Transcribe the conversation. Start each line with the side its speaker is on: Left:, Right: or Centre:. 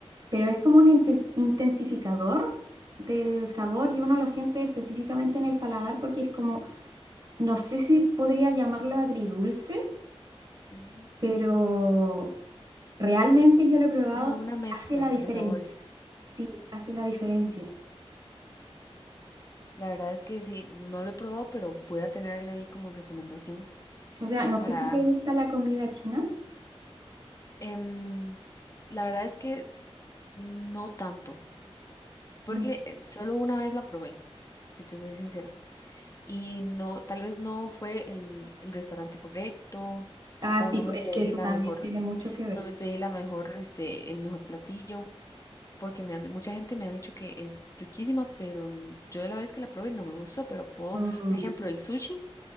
Right: pero es como un intes- intensificador del sabor y uno lo siente específicamente en el paladar porque es como, no sé si podría llamarlo agridulce,
Left: ujú.
Right: pero realmente yo lo he probado
Left: Es como
Right: y
Left: una mezcla
Right: hace la diferencia.
Left: de sabores.
Right: Sí, hace la diferencia.
Left: La verdad es que sí, no lo he probado, pero voy a tenerla ahí como recomendación
Right: O sea, no
Left: para
Right: sé si te gusta la comida china.
Left: Em, la verdad es que no tanto, porque
Right: Mm.
Left: eh, solo una vez la probé, si te soy sincera. Y no, tal vez no fue el, el restaurante correcto,
Right: Ah,
Left: o
Right: sí,
Left: no
Right: pues
Left: me pedí
Right: es que eso
Left: la
Right: también
Left: mejor,
Right: tiene mucho que ver.
Left: no me pedí la mejor, este, el mejor platillo, porque me han- mucha gente me ha dicho que es riquísima, pero n- yo la vez que la probé no me gustó, pero puedo,
Right: Mm,
Left: por ejemplo, el sushi,